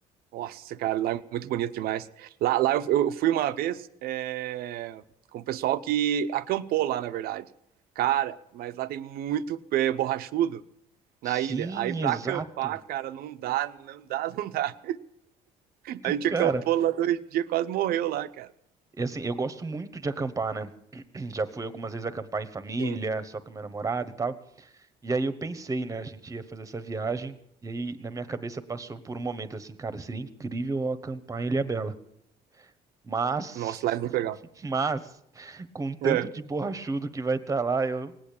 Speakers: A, on the right (about 70°); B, on the right (about 20°).
A: Nossa, cara, lá é muito bonito demais. Lá, lá eu, eu fui uma vez é, com o pessoal que acampou lá, na verdade. Cara, mas lá tem muito é, borrachudo na
B: Sim,
A: ilha. Aí pra
B: exato.
A: acampar, cara, não dá, não dá, <laughs> não dá. A gente
B: Cara,
A: acampou lá dois dias, quase morreu lá, cara.
B: e assim, eu gosto muito de acampar, né? <clears throat> Já fui algumas vezes acampar em família,
A: Sim.
B: só com a minha namorada e tal. E aí eu pensei, né, a gente ia fazer essa viagem, e aí na minha cabeça passou por um momento assim, cara, seria incrível eu acampar em Ilhabela. Mas,
A: Nossa,
B: <laughs>
A: lá é muito legal.
B: mas, com tanto
A: É,
B: de borrachudo que vai estar lá, eu